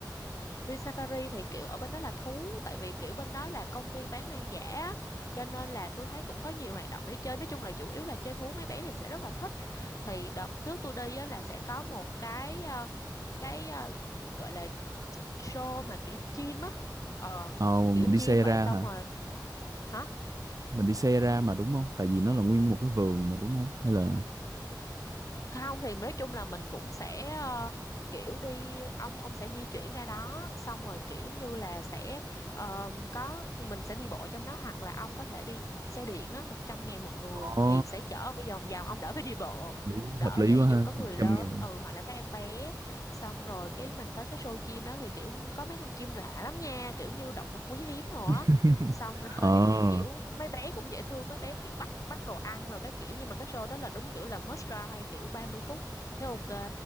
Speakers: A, on the left; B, on the right.
A: Vin Safari thì kiểu ở bên đó là thú tại vì kiểu bên đó là công viên bán hoang dã á, cho nên là tôi thấy cũng có nhiều hoạt động để chơi nói chung là chủ yếu là chơi thú mấy bé thì sẽ rất là thích thì đợt trước tôi đi á, là sẽ có một cái ờ, cái ờ, gọi là show mà kiểu chim á ờ
B: Ờ, mình
A: kiểu
B: đi
A: chim
B: xe
A: vậy
B: ra
A: xong
B: hả?
A: rồi hả
B: Mình đi xe ra mà đúng không? Tại vì nó là nguyên một cái vườn mà đúng không? Hay là
A: không thì nói chung là mình cũng sẽ ờ, kiểu đi ông ông sẽ di chuyển ra đó xong rồi kiểu như là sẽ ờ, có mình sẽ đi bộ trong đó hoặc là ông có thể đi xe điện á 100 ngàn một người
B: Ồ,
A: thì sẽ chở bây vòng vòng ông đỡ phải đi bộ
B: lý,
A: đỡ
B: hợp lý
A: vậy
B: quá
A: ví
B: ha,
A: dụ có người
B: trăm
A: lớn
B: ngàn.
A: ừ hoặc là các em bé xong rồi cái mình tới cái show chim đó thì kiểu có mấy con chim lạ lắm nha kiểu như động vật quý hiếm rồi
B: <laughs>
A: á xong <laughs>
B: Ờ,
A: rồi kiểu mấy bé cũng dễ thương mấy bé kiểu bắt bắt đồ ăn rồi cái kiểu nhưng mà cái show đó là đúng kiểu là must try kiểu 30 phút thế ok